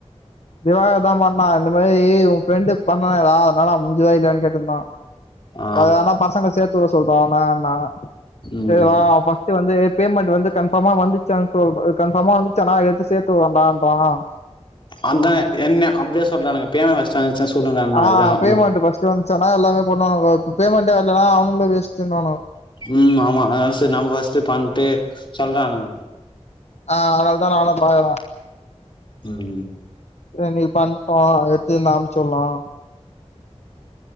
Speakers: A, on the left; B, on the left.
A: திவாகர் தான் பண்ண இந்த மாதிரி உன் ஃப்ரெண்டு பண்ணே ஏதா அதனால முஞ்சுதா இல்லன்னனு கேட்டிருந்தான்
B: ஆ
A: ப அதுதாண்டா பசங்கல சேர்த்துட சொல்ற அண்ணன்னா
B: ம்
A: சரி அவன் வந்து பேமெண்ட் வந்து கன்பர்மா வந்துச்ச சோல்ட்ர கன்பர்மா வந்துச்சா சேர்த்து த்து வண்டாம்ப்பான்
B: அதா என்ன அப்படியே சொல்றானுக்கு பியேனா வாசிச்சா யனாச்சு சொல்லறான்
A: ஆ
B: இது
A: பேமெண்ட் ஃபர்ஸ்ட் வந்துச்சானா எல்லாமே பண்ணுவானுங்க இப்போ பேமண்டே வர்லன்னா அவனுங்களும் வேஸ்டுனுவாங்கோ
B: உம் ஆமா அதனால சரி நம்ம ஃபஸ்ட்டு பண்ட்டு சொல்றானுங்க
A: ஆ அதால தா நானு பாக்குற
B: உம்
A: நீ பண்ணட்டோம் எடுத்து ஏதாச்சும் அனுப்பிவிடலாம்